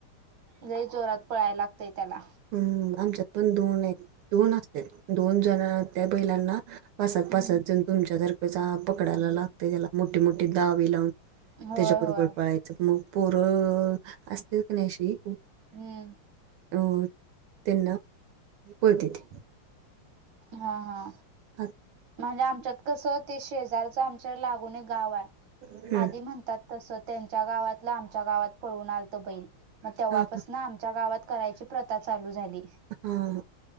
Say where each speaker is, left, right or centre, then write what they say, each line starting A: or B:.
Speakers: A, on the right; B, on the right.
A: लई जोरात पळायला लागतंय त्याला.
B: हम्म, आमच्यात पण दोन आहेत दोन असत दोन जण त्या बैलांना. पासात
A: हम्म
B: पासात जण तुमच्यासारखं जा पकडायला लागतं त्याला. मोठी मोठी दावे लावून
A: होय
B: त्याच्याबरोबर
A: होय
B: पळाय च मग पोर असतील क नाही अशी,
A: हम्म!
B: हो! त्यांना <unintelligible>
A: हा, हा!
B: ह.
A: म्हणजे आमच्यात कसं ते शेजारच आमच्या लागुन एक गाव आहे
B: हम्म
A: आधी म्हणतात तस त्यांच्या गावातलं आमच्या गावात पळून आलत बैल मग तेव्हापास
B: हा
A: ना आमच्या गावात करायची प्रथा चालू झाली.
B: हा हा.